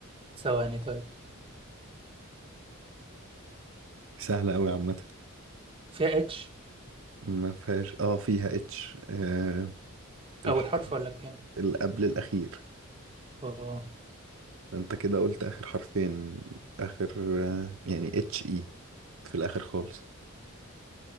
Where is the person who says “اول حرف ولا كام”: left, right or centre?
Right